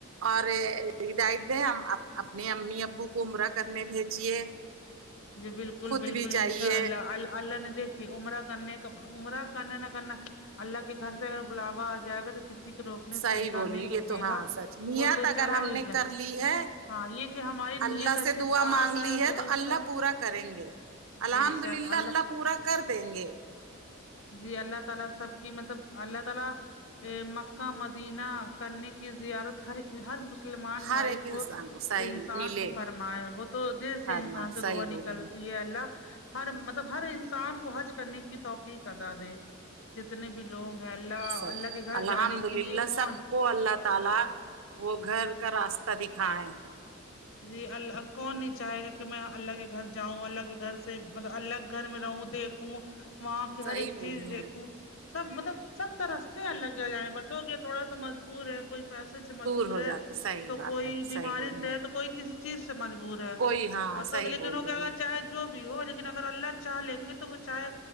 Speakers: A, on the right (about 70°); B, on the left (about 65°).
A: اور ہدایتیں ہم اپنے امی ابو کو عمرہ کرنے بھیجیے
B: جی بالکل
A: خود
B: بالکل
A: بھی
B: انشاء
A: جائیے
B: اللہ ال اللہ نے دے کہ عمرہ کرنے کا عمرہ کرنا نہ کرنا اللہ کے گھر سے اگر بلاوا آ جائے گا تو کسی کو روکنے
A: صحیح
B: سے انسان
A: بولی
B: نہیں روکے
A: یہ تو ہاں
B: گا
A: سچ نیت
B: وہ تو
A: اگر
B: چلا
A: ہم
B: ہی
A: نے
B: جائے
A: کر لی ہے
B: ہاں یہ کہ ہماری
A: اللہ
B: نیت اچھی
A: سے دعا
B: صاف
A: مانگ لی ہے
B: درست
A: تو اللہ پورا کریں گے الحمد
B: بے شک
A: للہ اللہ پورا کر دیں گے
B: جی اللہ تعالی سب کی مطلب اللہ تعالی ا مکہ مدینہ کرنے کی زیارت ہر ہر مسلمان
A: ہر
B: بھائی
A: ایک
B: کو
A: انسان صحیح
B: انسان
A: ملے
B: کو فرمائے وہ تو دل سے
A: فرمائے
B: انسان سے
A: صحیح
B: دعا
A: بولے
B: نکلتی
A: ہیں
B: اے اللہ ہر مطلب ہر انسان کو حج کرنے کی توفیق ادا دے جت نے بھی لوگ ہیں اللہ
A: سچ
B: اللہ کے گھر
A: الحمد
B: جانے کے
A: للہ
B: لیے
A: سب
B: کون
A: کو اللہ تعالی وہ گھر کا راستہ دکھائے
B: جی ال کون نہیں چاہے گا کہ میں اللہ کے گھر جاؤں اللہ کے گھر سے ملب اللہ گھر میں رہوں دیک کھو وہاں کی ہر
A: صحیح
B: ایک
A: بولی
B: چیز دیکھوں
A: ہیں
B: سب مطلب سب ترستے اللہ کے گھر جانے بس ہو گیا تھوڑا سا مجبور ہے کوئی پیسے سے مجبور
A: ہو
B: ہے
A: جاتے صحیح
B: تو
A: بات
B: کوئی
A: ہے
B: بیماری
A: صحیح بولی
B: سے
A: ہیں
B: ہے تو کوئی کسی چیز سے مجبور ہے
A: کوئی ہاں
B: بسوں
A: صحیح
B: کے لیکن
A: بول
B: اگر وہ
A: رہی
B: کیا
A: ہیں
B: چاہے جو بھی ہو لیکن اگر اللہ چاہ لیں گے تو وہ چاہے